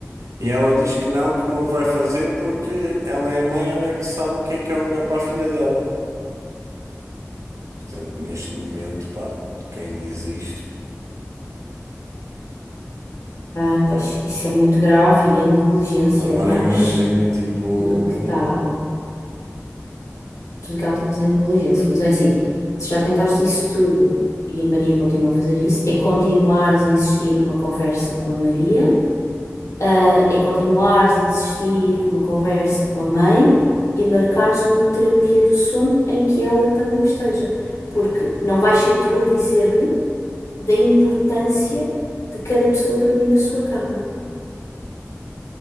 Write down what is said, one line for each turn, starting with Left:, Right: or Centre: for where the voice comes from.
Right: E ela diz que não, que não o vai fazer porque ela é a mãe, ela é que sabe o que é que é o melhor para a filha dela. Portanto, neste momento, pá, quem diz isto.
Left: Ah, pois, isso é muito grave e é negligência,
Right: Agora
Left: aliás.
Right: imagina, tipo.
Left: Tudo que está, tudo que ela está fazendo é negligência. Mas é assim, se já tentaste isso tudo e a Maria continua a fazer isso, é continuares a insistir numa conversa com a Maria, ah, é continuares a insistir com uma conversa com a mãe e marcares uma terapia do sono em que ela também esteja. Porque não vais ser tu a dizer-lhe da importância de cada pessoa dormir na sua cama.